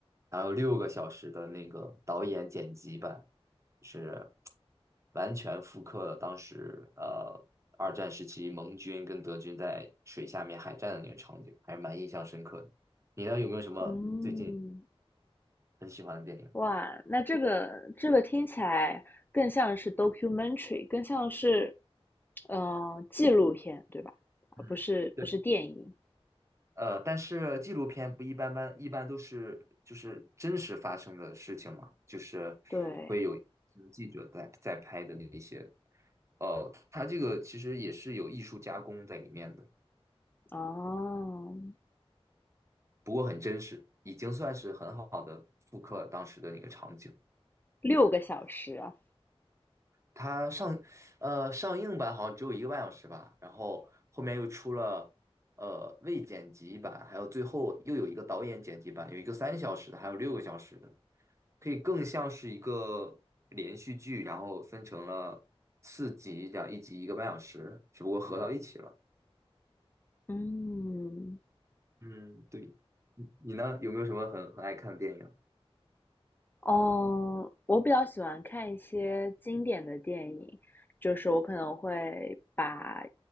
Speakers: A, on the right (about 30°); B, on the left (about 20°).
A: 然后有六个小时的那个导演剪辑版。是。完全复刻了当时呃二战时期盟军跟德军在水下面海战的那个场景，还是蛮印象深刻的。你呢，有没有什么最近
B: 嗯，
A: 很喜欢的电影？
B: 哇，那这个这个听起来更像是 documentary，更像是呃纪录片，对吧？
A: 嗯，
B: 而不是不是电影。
A: 对，呃，但是纪录片不一般般，一般都是就是真实发生的事情嘛，就是会有有记者在在拍的那一些，
B: 对，
A: 哦，它这个其实也是有艺术加工在里面的，
B: 哦，
A: 不过很真实，已经算是很好的复刻了当时的那个场景。
B: 六个小时啊。
A: 它上呃上映版好像只有一个半小时吧，然后后面又出了呃未剪辑版，还有最后又有一个导演剪辑版，有一个三小时的，还有六个小时的，可以更像是一个连续剧，然后分成了四集，这样一集一个半小时，只不过合到一起了。
B: 嗯，
A: 嗯，对，你你呢？有没有什么很很爱看的电影？
B: 哦，我比较喜欢看一些经典的电影，就是我可能会把，